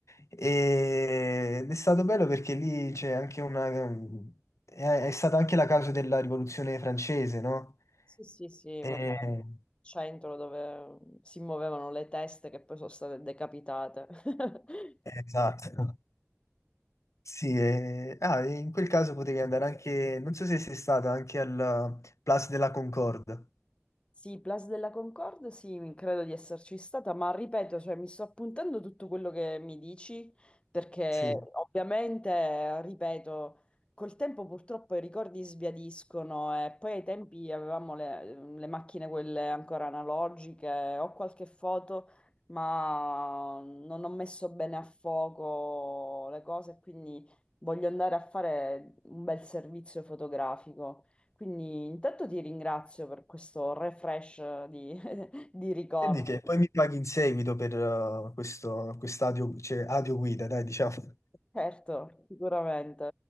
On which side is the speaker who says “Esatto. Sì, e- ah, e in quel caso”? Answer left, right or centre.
Left